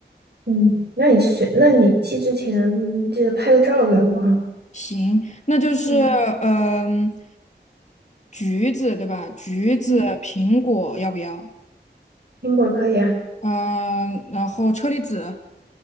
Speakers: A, on the right; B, on the left.
A: 嗯，那你选，那你寄之前记得拍个照给我啊。
B: 行，那就是嗯
A: 嗯
B: 橘子对吧？橘子、
A: 嗯，
B: 苹果要不要？
A: 苹果可以啊。
B: 嗯、然后车厘子、